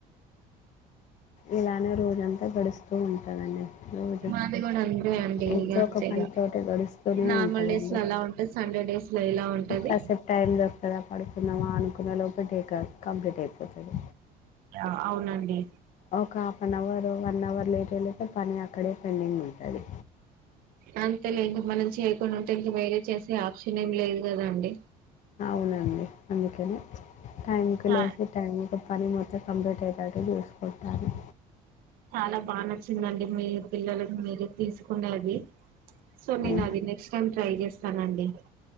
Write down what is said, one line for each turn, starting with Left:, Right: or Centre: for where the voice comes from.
Left: ఇలానే రోజంతా గడుస్తూ ఉంటదండి. రోజు
Right: మాది కూడా అంతే అండి
Left: ఇంకొకపనితోటి
Right: ఇగ అంతే ఇగ
Left: గడుస్తూనే
Right: నార్మల్
Left: ఉంటదండి.
Right: డేస్ లో అలా ఉంటది సండే డేస్ లో ఇలా ఉంటది
Left: ఇకా కాసేప్ టైం దొరుకుతదా పడు కున్నామా అనుకునే లోపే టేక కంప్లీట్ అయిపోతది
Right: ఆ అవునండి
Left: ఒక half an hour one hour late ఐలొకే పని అక్కడే పెండింగ్ ఉంటది.
Right: అంతేలేండి మనం చేయకుండా ఉంటే ఇంక వేరేది చేసే ఆప్షన్ ఏం లేదు కదండి.
Left: అవునండి అందుకని టైంకి
Right: చ
Left: లేచి టైం కి పనిమొత్తం కంప్లీట్ అయ్యేటట్టు చూసుకుంటాను
Right: చాలా బాగా నచ్చిందండి మీ పిల్లలకి మీరే తీసుకునేది సో నేను
Left: హ్మ్.
Right: అది నెక్స్ట్ టైమ్ ట్రై చేస్తానండి.